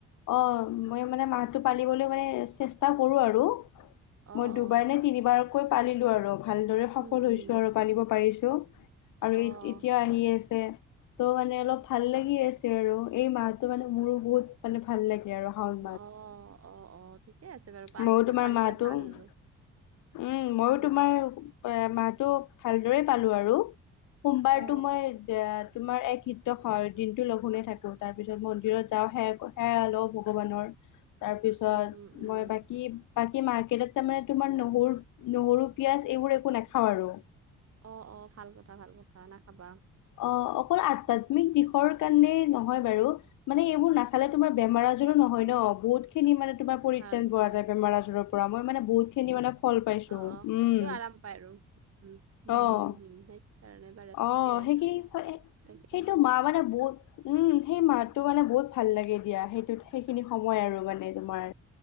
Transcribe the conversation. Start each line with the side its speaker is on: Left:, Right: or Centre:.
Left: অঁ মই মানে মাহটো পালিবলৈ মানে চেষ্টা কৰোঁ আৰু।
Right: অ
Left: মই দুবাৰ
Right: অ
Left: নে তিনিবাৰকৈ পালিলো আৰু ভালদৰে সফল
Right: উম
Left: হৈছোঁ
Right: উম
Left: আৰু পালিব পাৰিছোঁ। আৰু
Right: অ
Left: এতিয়া আহি আছে। ত' মানে অলপ ভাল লাগি আছে আৰু এই মাহটো মানে মোৰো বহুত মানে ভাল লাগে আৰু। শাওণ
Right: অ' অ' অ ঠিকে আছে বাৰু। পাৰিব
Left: মইও তোমাৰ
Right: পাৰিলে
Left: মাহটো
Right: ভাল
Left: উম'
Right: আৰু
Left: মইও
Right: ভাল
Left: তোমাৰ, এ মাহটো ভালদৰে পালো আৰু, সোমবাৰটো
Right: অ
Left: মই এ, তোমাৰ এক হিত্য হয় দিনটো লঘোণে থাকো। তাৰ পিছত মন্দিৰত যাওঁ সেৱা সেৱা লও ভগৱানৰ। তাৰপিছত
Right: উম উম উম
Left: মই বাকী বাকী মাৰ্কেটত তাৰ মানে তোমাৰ নহৰু, নহৰু পিয়াজ এইবোৰ একো নাখাওঁ আৰু
Right: অ' অ' ভাল কথা ভাল কথা নাখাবা।
Left: অ' অকল আধ্যাত্মিক দিশৰ কাৰণে নহয় বাৰু, মানে, এইবোৰ নাখালে তোমাৰ বেমাৰ আজাৰো নহয় ন বহুত খিনি মানে তোমাৰ, পৰিত্ৰাণ
Right: ভাল
Left: পোৱা
Right: ভাল
Left: যায় বেমাৰ আজাৰৰ পৰা মই মানে বহুতখিনি মানে ফল পাইছো
Right: অ', অ',
Left: উম,
Right: আৰাম পায় আৰু মম মম হম্
Left: অ'।
Right: হম্ হম্ সেইকাৰণে। বাৰু তাকে
Left: অ', সেইখিনি হৈ
Right: তাকে
Left: এই মাহ মানে বহুত উম, সেই মাহটো মানে বহুত ভাল লাগে দিয়া, সেইটো সেইখিনি সময় আৰু মানে তোমাৰ।